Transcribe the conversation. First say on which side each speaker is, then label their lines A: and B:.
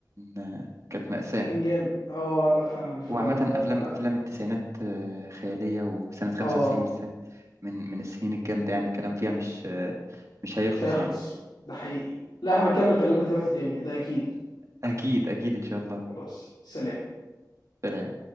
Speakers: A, on the right (about 45°); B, on the left (about 85°).
A: آه، كانت مأساة
B: كان جامد اه لا فعلا فلا
A: وعامة أفلام أفلام التسعينات آه، خيالية وسنة 95
B: اه
A: بالذات من من السنين الجامدة يعني الكلام فيها مش آه، مش هيخلص
B: مش هيخلص
A: يعني
B: ده حقيقي لا احنا هنكمل كلامنا في وقت تاني ده اكيد
A: أكيد أكيد إن شاء الله
B: خلاص سلام
A: سلام